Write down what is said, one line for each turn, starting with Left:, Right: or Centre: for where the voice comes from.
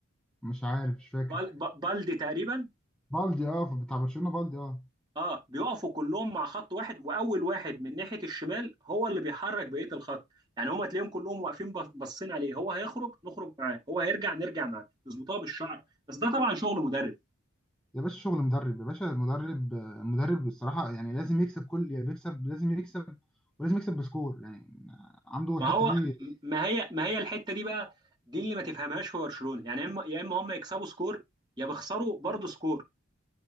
Centre: مش عارف مش فاكر
Right: بال... ب- بالدي تقريبا
Centre: بالدي اه بتاع برشلونه بالدي اه
Right: اه بيقفوا كلهم مع خط واحد واول واحد من ناحيه الشمال هو اللي بيحرك بقيه الخط يعني هما تلاقيهم كلهم واقفين بص- باصين عليه هو هيخرج نخرج معاه هو هيرجع نرجع معاه يظبطوها بالشعر بس ده طبعا شغل مدرب
Centre: يا باشا شغل مدرب يا باشا مدرب مدرب الصراحه يعني لازم يكسب كل يعني بيكسب لازم يكسب ولازم يكسب بسكور يعني عنده الحته
Right: ما هو
Centre: دي
Right: ما هي ما هي الحته دي بقى دي اللي ما تفهمهاش في برشلونه يعني اما يا اما هم يكسبوا سكور يا بيخسروا برضه سكور